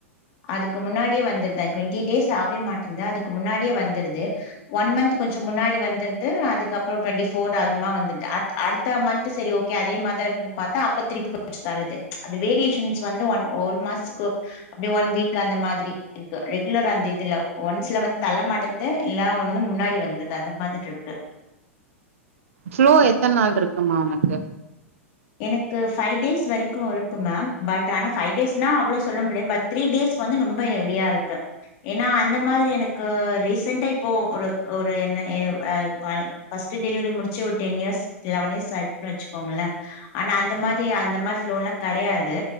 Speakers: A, on the left; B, on the right.
A: அதுக்கு முன்னாடியே வந்துர் தா டுவெண்டி டேஸ் ஆ வரவேமாட்டென்து அதுக்கு முன்னாடியே வந்துருது ஒன் மந்த் கொஞ்சொ முன்னாடி வந்துருது அதுக்கு அப்பறொ டுவெண்டி ஃபோர்த ஆகுமா வந்துர்து அடுத் அடுத்த மந்த்து செரி ஓகே அதே மாரி தா இருக்கு பாத்தா அப்ப திருப்பி தள்ளுது அது வேரியேஷன்ஸ் வந்து ஒன் ஒரு மாஸ்துக்கு அப்டியே ஒன் வீக் அந்த மாதிரி இருக்கு ரெகுலரா அந்த இதுல ஒன்ஸ்ல வந்து தள்ள மாட்டென்து து இல்லா ஒன்னு முன்னாடி வந்துது அந்த மாதிர் இருக்கு
B: ஃப்ளோ எத்தன் நாள்ருக்குமா ஒனக்கு
A: எனக்கு ஃபைவ் டேஸ் வரிக்கு இருக்கு மேம் பட் ஆனா ஃபைவ் டேஸ்னா அவ்ளோ சொல்ல முடியாது பட் த்ரீ டேஸ் வந்து ரொம்ப ஹெவியா இருக்கு ஏன்னா அந்த மாதிரி எனக்கு ரீசன்டா இப்போ ஒரு ஒரு என்ன எ அ ஆ ஃபஸ்ட் டெலிவரி முடிச்சு ஒருடென் இயர்ஸ் லெவன் இயர்ஸ் ஆயிருச்சுன்னு வச்சுக்கோங்களே ஆனா அந்த மாரி அந்த மாரி ப்ளோல்லா கெடையாது